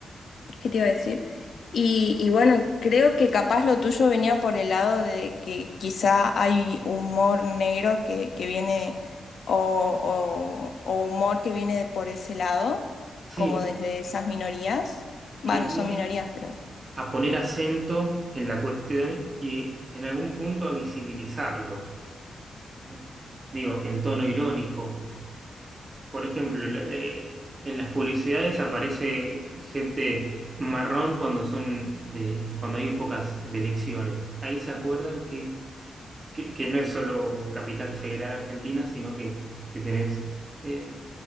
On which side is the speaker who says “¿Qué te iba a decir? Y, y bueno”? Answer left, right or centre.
Left